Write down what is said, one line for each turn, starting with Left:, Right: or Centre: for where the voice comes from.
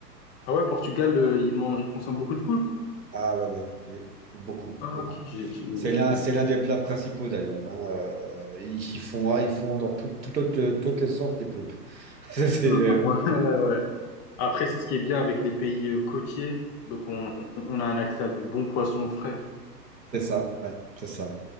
Left: Ah ouais, Portugal, euh, ils man- ils consomment beaucoup de poules.
Right: Ah ouais, ouais, oui, beaucoup,
Left: Ah,
Right: beaucoup.
Left: ok. j'ai- j'ai-
Right: C'est
Left: j'ai-
Right: l'un, c'est l'un des plats principaux d'ailleurs. hein, euh, ils ils font, ils font dans tout- tout autre- toutes les sortes des poulpes. <laughs> C'est euh,
Left: Ah, Ouais, ouais, ouais. Après, c'est ce qui est bien avec les pays euh, côtiers. Donc, on, on- on a un accès à du bon poisson frais.
Right: c'est ça, ouais, c'est ça.